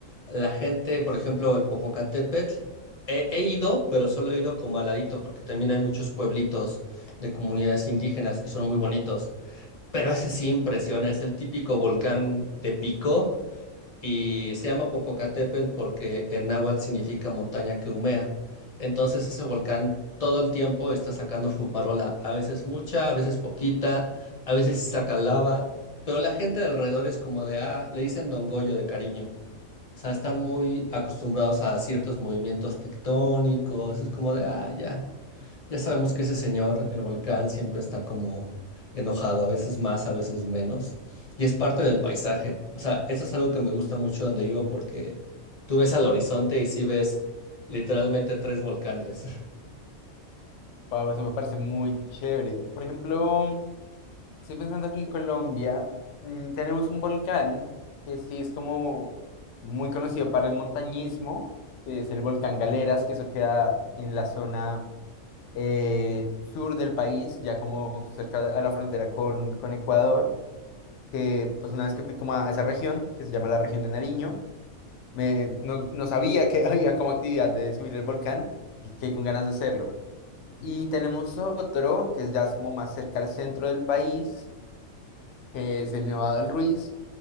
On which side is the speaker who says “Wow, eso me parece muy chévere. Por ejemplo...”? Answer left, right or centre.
Left